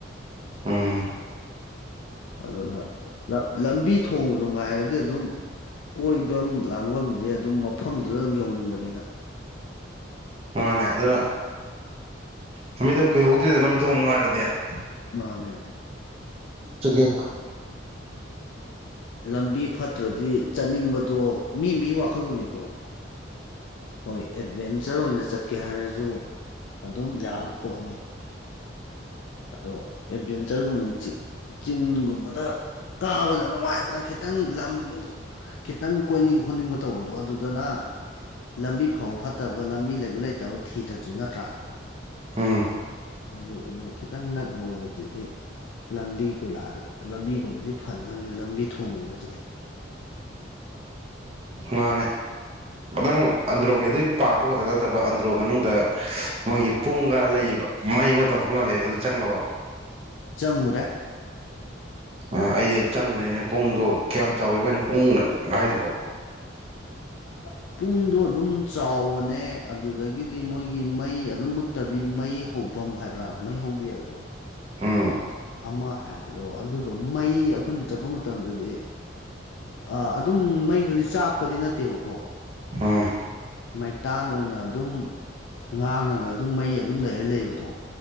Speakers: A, on the right; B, on the left.
A: ꯑꯦꯝ
B: ꯑꯗꯨꯅ ꯂꯝꯕꯤ ꯊꯣꯡ ꯅꯨꯡ ꯉꯥꯏꯔꯗꯤ ꯑꯗꯨꯝ ꯀꯣꯏꯐꯝ ꯂꯥꯡꯐꯝꯁꯦ ꯑꯗꯨꯝ ꯃꯐꯝꯗꯨꯗ ꯑꯗꯨꯝ ꯌꯧꯅꯤꯡꯕꯅꯤꯅ
A: ꯃꯥꯅꯦ ꯑꯗꯨꯅ ꯂꯝꯠꯇꯣꯡ ꯀꯨꯏꯍꯧꯗ꯭ꯔꯦꯗꯅ ꯂꯝꯃꯤꯠ ꯊꯣꯡ ꯉꯥꯏꯔꯗꯤ ꯑꯠ
B: ꯃꯥꯅꯦ
A: ꯆꯀꯦ
B: ꯂꯝꯕꯤ ꯐꯠꯇ꯭ꯔꯗꯤ ꯆꯠꯅꯤꯡꯕꯗꯣ ꯃꯤ ꯃꯤ ꯋꯥꯈꯜꯂꯣꯟꯅꯤꯀꯣ ꯍꯣꯏ ꯑꯦꯠꯚꯦꯟꯆꯔ ꯑꯣꯏꯅ ꯆꯠ ꯎꯠꯀꯦ ꯍꯥꯏꯔꯁꯨ ꯑꯗꯨꯝ ꯌꯥꯕ ꯄꯣꯠꯅꯤ ꯑꯗꯣ ꯑꯦꯗꯚꯦꯟꯆꯔꯒꯨꯝꯕꯅ ꯆꯤꯡꯒꯨꯝꯕꯗ ꯀꯥꯕꯗ ꯅꯨꯡꯉꯥꯏꯗꯅ ꯈꯤꯇꯪ ꯈꯤꯇꯪ ꯂꯝ ꯈꯤꯇꯪ ꯀꯣꯏꯅꯤꯡ ꯈꯣꯠꯅꯤꯡꯕ ꯇꯧꯕꯗꯣ ꯑꯗꯨꯗꯨꯅ ꯂꯝꯕꯤ ꯐꯥꯎꯕ ꯐꯠꯇꯕ ꯂꯝꯕꯤ ꯂꯩꯕ ꯂꯩꯇꯕ ꯊꯤꯗ꯭ꯔꯁꯨ ꯅꯠꯇ꯭ꯔꯥ
A: ꯑꯝ
B: ꯑꯗꯨꯗꯨꯒ ꯈꯤꯇꯪ ꯅꯛꯅ ꯎꯕꯁꯤꯗꯤ ꯂꯝꯕꯤ ꯀꯣꯏꯂꯥꯁꯗ ꯂꯝꯕꯤꯒꯨꯝꯕꯁꯤ ꯐꯅꯅꯕꯅꯤ ꯂꯝꯕꯤ ꯊꯣꯡꯒꯨꯝꯕꯁꯤꯗꯤ
A: ꯃꯥꯅꯦ ꯈꯤꯇꯪ ꯑꯟꯗ꯭ꯔꯣꯒꯤ ꯑꯗꯨꯒꯤ ꯄꯥꯛꯇ ꯈꯛꯇ ꯅꯠꯇꯕ ꯑꯟꯗ꯭ꯔꯣ ꯃꯅꯨꯡꯗ ꯃꯣꯏꯒꯤ ꯄꯨꯡꯒ ꯂꯩꯌꯦꯕ ꯃꯩ ꯃꯇꯝ ꯐꯪꯍꯂꯦ ꯑꯗꯨ ꯆꯪꯉꯕꯣ
B: ꯆꯉꯨꯔꯥ
A: ꯑ ꯑꯩꯗꯤ ꯌꯥꯝ ꯆꯪꯗꯔꯤꯅꯦ ꯄꯨꯡꯗꯣ ꯀꯌꯥꯝ ꯆꯥꯎꯏꯦ ꯃꯣꯏꯅ ꯄꯨꯡ ꯍꯥꯏꯔꯤꯕꯔꯤꯕꯣ
B: <inaudible> ꯄꯨꯡꯗꯣ ꯑꯗꯨꯝ ꯆꯥꯎꯕꯅꯦ ꯑꯗꯨꯗꯒꯤꯗꯤ ꯃꯣꯏꯒꯤ ꯃꯩ ꯑꯗꯨꯝ ꯃꯨꯠꯇꯕꯤ ꯃꯩ ꯍꯐꯝ ꯍꯥꯏꯕ꯭ꯔꯥ ꯃꯩ ꯍꯧꯕꯤ ꯍꯥꯏꯕ꯭ꯔꯣ
A: ꯎꯝ
B: ꯑꯃ ꯍꯥꯏꯕꯗꯣ ꯑꯗꯨꯗꯣ ꯃꯩ ꯑꯩꯈꯣꯏꯅ ꯆꯠꯄ ꯃꯇꯝꯗꯗꯤ ꯑ ꯑꯗꯨꯝ ꯃꯩꯗꯨꯗꯤ ꯆꯥꯛꯄꯗꯤ ꯅꯠꯇꯦꯕꯀꯣ
A: ꯍꯥ
B: ꯃꯩꯇꯥꯟ ꯑꯣꯏꯅ ꯑꯗꯨꯝ ꯉꯥꯡꯉꯒ ꯑꯗꯨꯝ ꯃꯩ ꯑꯗꯨꯝ ꯂꯩꯔ ꯂꯩꯕꯗꯣ